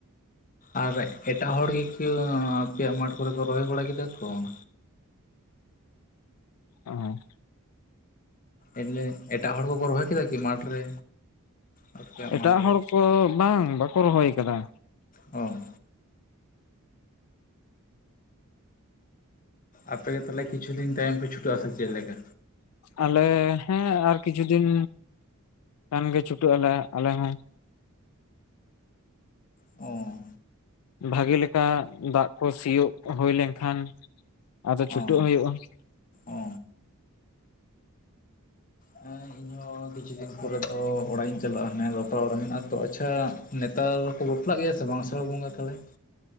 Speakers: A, on the left; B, on the left.
A: ᱟᱨ ᱮᱴᱟᱜ ᱦᱚᱲ ᱜᱮ ᱠᱮ ᱟᱯᱮᱭᱟᱜ ᱢᱟᱴᱷ ᱠᱚᱨᱮ ᱠᱚ ᱨᱚᱦᱚᱭ ᱵᱟᱲᱟ ᱠᱮᱫᱟ ᱠᱚ ᱾
B: ᱚ
A: ᱮᱞᱮ ᱮᱴᱟᱜ ᱦᱚᱲ ᱠᱚᱠᱚ ᱨᱚᱦᱚᱭ ᱠᱮᱫᱟ ᱠᱤ ᱢᱟᱴᱷ ᱨᱮ? ᱟᱯᱮᱭᱟᱜ
B: ᱮᱴᱟᱜ
A: ᱢᱟ ᱛᱚᱵᱮ
B: ᱦᱚᱲ ᱠᱚ, ᱵᱟᱝ ᱵᱟᱠᱚ ᱨᱚᱦᱚᱭ ᱠᱟᱫᱟ᱾
A: ᱚ ᱟᱯᱮ ᱜᱮ ᱛᱟᱦᱚᱞᱮ ᱠᱤᱪᱷᱩ ᱫᱤᱱ ᱛᱟᱭᱚᱢ ᱯᱮ ᱪᱷᱩᱴᱟᱹᱜᱼᱟ ᱥᱮ ᱪᱮᱜ ᱞᱮᱠᱟ?
B: ᱟᱞᱮ ᱦᱮᱸ ᱟᱨ ᱠᱤᱪᱷᱩ ᱫᱤᱱ ᱠᱷᱟᱱ ᱜᱮ ᱪᱷᱩᱴᱟᱹᱜ ᱟᱞᱮ ᱟᱞᱮ ᱦᱚᱸ
A: ᱚ
B: ᱵᱷᱟᱜᱮ ᱞᱮᱠᱟ ᱫᱟᱜ ᱠᱚ ᱥᱤᱭᱳᱜ ᱦᱳᱭ ᱞᱮᱱᱠᱷᱟᱱ, ᱟᱫᱚ ᱪᱷᱩᱴᱟᱹᱜ
A: ᱚ
B: ᱦᱳᱭᱳᱜᱼᱟ ᱾
A: ᱚ ᱦᱮᱸ ᱤᱧ ᱦᱚᱸ ᱠᱤᱪᱷᱩ ᱫᱤᱱ ᱯᱚᱨᱮ ᱫᱚ ᱛᱚ ᱚᱲᱟᱜ ᱤᱧ ᱪᱟᱞᱟᱜᱼᱟ᱾ ᱦᱮᱸ ᱵᱟᱯᱞᱟ ᱚᱲᱟᱜ ᱢᱮᱱᱟᱜᱼᱟ ᱛᱚ᱾ ᱟᱪᱪᱷᱟ ᱱᱮᱛᱟᱨ ᱦᱚᱸ ᱠᱚ ᱵᱟᱯᱞᱟᱜ ᱜᱮᱭᱟ ᱥᱮ ᱵᱟᱝ ᱟᱸᱥᱟᱲ ᱵᱚᱸᱜᱟ ᱛᱟᱦᱚᱞᱮ?